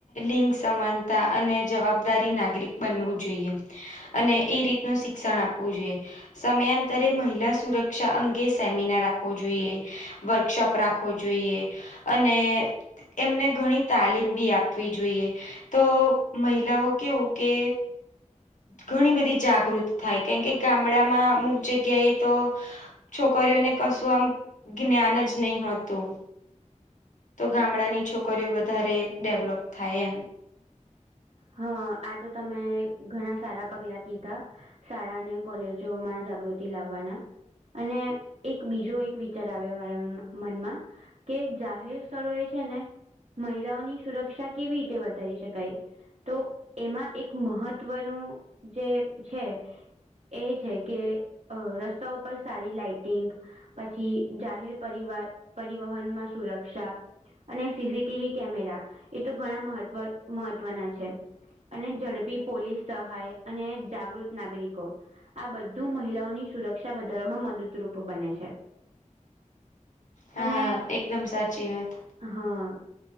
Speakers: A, on the left; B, on the right.
A: લિંગ સમાનતા અને જવાબદારી નાગરિક બનવું જોઈએ. અને એ રીતનું શિક્ષણ આપવું જોઈએ સમયાંતરે મહિલા સુરક્ષા અંગે સેમિનાર આપો છો વર્કશોપ રાખવો જોઈએ અને એમને ઘણી તાલીમ બી આપવી જોઈએ તો મહિલાઓ કેવું કે ઘણી બધી જાગૃત થાય કારમ કે ગામડામાં અમુક જગ્યાએ તો છોકરીઓને કશું આમ જ્ઞાન જ નઈ હોતું તો ગામડાની છોકરીઓ વધારે ડેવલોપ થાય એમ
B: હા આ તો તમે ઘણા સારા પગલા કીધા શાળા અને કોલેજો માં જાગૃતિ લાવવાના અને એક બીજો એક વિચાર આવ્યો અમારા મનમાં કે જાહેર સ્થળો એ છે ને મહિલાઓની સુરક્ષા કેવી રીતે વધારી શકાય તો એમાં એક મહત્વનું જે છે. એ છે કે રસ્તા ઉપર સારી લાઈટિંગ. પછી જાહેર પરવા પરિવહનમાં સુરક્ષા. અને સીસીટીવી કેમેરા એ તો ઘણા મહત્વ મહત્વના છે. અને ઝડપી પોલીસ સહાય અને જાગૃત નાગરિકો. આ બધું મહિલાઓની સુરક્ષા વધારવામાં મદદરૂપ બને છે.
A: હા
B: અને.
A: એકદમ સાચી વાત
B: હા